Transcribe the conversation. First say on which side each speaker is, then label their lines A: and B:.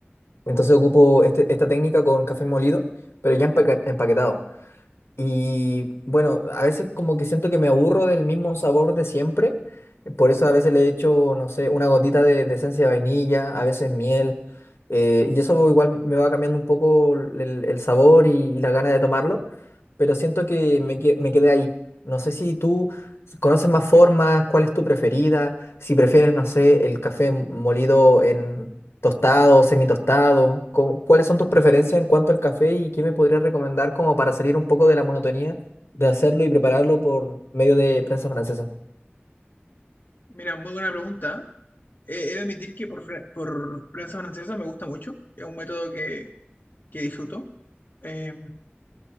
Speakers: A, on the left; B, on the left.
A: entonces ocupo este- esta técnica con café molido, pero ya empaque- empaquetado. Y bueno, a veces como que siento que me aburro del mismo sabor de siempre. Por eso a veces le echo, no sé, una gotita de, de esencia de vainilla, a veces miel. eh, y eso igual me va cambiando un poco el, el sabor y, y la gana de tomarlo. Pero siento que me, que- me quedé ahí. No sé si tú conoces más formas, cuál es tu preferida, si prefieres, no sé, el café molido ¿Tostado, semitostado? ¿Cómo- ¿Cuáles son tus preferencias en cuanto al café y qué me podrías recomendar como para salir un poco de la monotonía de hacerlo y prepararlo por medio de prensa francesa?
B: Mira, muy buena pregunta. Eh, he de admitir que por, fre- por prensa francesa me gusta mucho. Es un método que, que disfruto. Eh,